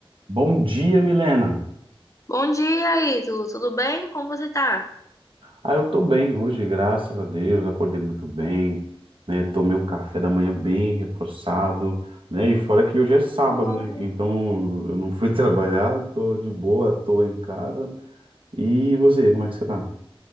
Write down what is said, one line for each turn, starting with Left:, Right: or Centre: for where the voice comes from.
Right: Bom dia, Milena.
Left: Bom dia, Ítalo. Tudo bem? Como você tá?
Right: Ah, eu tô bem hoje, graças a Deus. Acordei muito bem, né? Tomei um café da manhã bem reforçado, né? E fora que hoje é sábado,
Left: Bom,
Right: né? Então eu não fui <laughs> trabalhar, tô de boa, tô em casa. E você, como é que você tá?